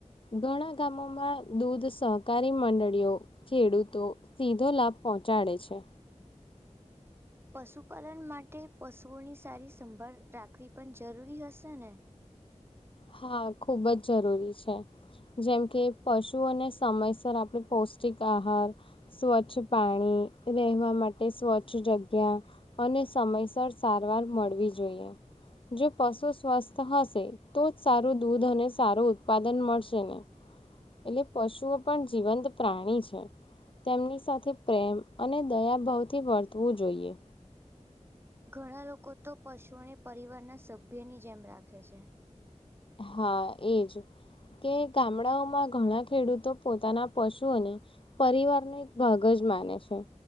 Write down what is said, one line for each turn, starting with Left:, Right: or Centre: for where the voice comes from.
Left: ઘણા ગામોમાં દૂધ સહકારી મંડળીઓ કાર્યરત છે. ખેડૂતોને સીધો લાભ પહોંચાડે છે.
Right: પશુપાલન માટે પશુઓની સારી સંભાળ રાખવી પણ જરૂરી હોય છે ને?
Left: હા, ખૂબ જ જરૂરી છે. જેમ કે પશુઓને સમયસર પૌષ્ટિક આહાર. સ્વચ્છ પાણી અને રહેવા માટે સ્વચ્છ જગ્યા અને સમયસર સારવાર મળવી જોઈએ. જો પશુ સ્વસ્થ હશે... તો જ સારું દૂધ અને સારું ઉત્પાદન મળશે ને? એટલે પશુઓ પણ જીવંત પ્રાણી છે. તેમની સાથે પ્રેમ અને દયાભાવથી વર્તવું જોઈએ.
Right: ઘણા લોકો તો પશુઓને પરિવારના સભ્યની જેમ રાખે છે.
Left: હા, એ જ. કે ગામડાઓમાં ઘણા ખેડૂતો પોતાના પશુઓ ને પરિવારનો એક ભાગ જ માને છે.